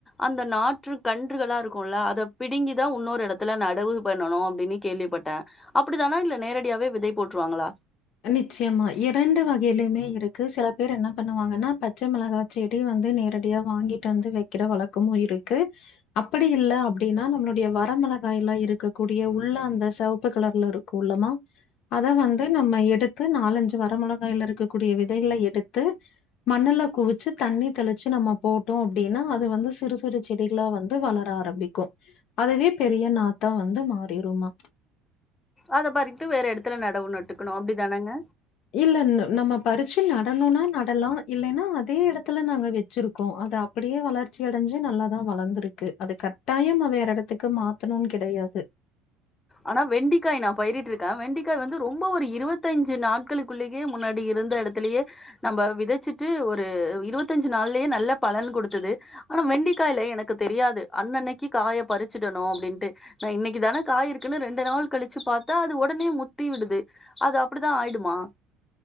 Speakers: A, on the left; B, on the left.
A: அந்த நாற்று கன்றுகளா இருக்குல்ல அத பிடுங்கிதா வுன்னொரு எடத்துல நடவு பண்ணனு அப்டின் கேள்விப்பட்டே அப்டிதானா இல்ல நேரடியாவே விதை போட்டுருவாங்களா
B: நிச்சயமா இரண்டு வகையிலயுமே இருக்கு சில பேர் என்ன பண்ணுவாங்கன்னா பச்சை மிளகா செடி வந்து நேரடியா வாங்கிட்டு வந்து வெக்கிற வழக்கமு இருக்கு அப்படி இல்ல அப்டின்னா நம்மளுடைய வரமிளகாய்லா இருக்கக்கூடிய உள்ள அந்த சிவப்பு கலர்ல இருக் கோலமா அத வந்து நம்மை எடுத்து நாலஞ்சு வர மொளகாய்ல இருக்கக்க கூடிய விதைகள எடுத்து மண்ணுல்ல குவிச்சு தண்ணி தெளிச்சு நம்ம போட்டோ அப்டின்னா அது வந்து சிறு சிறு செடிகளா வந்து வளர ஆரம்பிக்கு அதுவே பெரிய நாத்தா வந்து மாறிருமா
A: அத பறித்து வேற எடத்துல நடவு நட்டுக்கணு அப்டிதானங்க
B: இல்லல்ல நம்ம பறிச்சு நடணும்னா நடலா இல்லன்னா அதே எடத்துல நாங்க வச்சுருக்கோ அத அப்டியே வளர்ச்சி அடஞ்சு நல்லா தா வளந்துருக்கு அத கட்டாயம் அவெ வேற எடத்துக்கு மாத்தணும்னு கெடையாது
A: ஆனா வெண்டிக்காய் நா பயிரிட்டுருக்கே வெண்டிக்காய் வந்து ரொம்ப ஒரு இருவத்தஞ்சு நாட்களுக்குள்ளே ஏ முன்னாடி இருந்த எடத்துலயே நம்ம விதச்சிட்டு ஒரு இருவத்தஞ்சு நாள்லயே நல்ல பலன் குடுத்தது ஆனா வெண்டிக்காய்ல எனக்கு தெரியாது அன்னனைக்கீ காய பறிச்சுடணு அப்டின்ட்டு நா இன்னக்கீ தான காய் இருக் த ரெண்டு நாள் கழிச்சு பாத்தா அது ஒடனே முத்தி விடுது அது அப்டித்தா ஆயிடுமா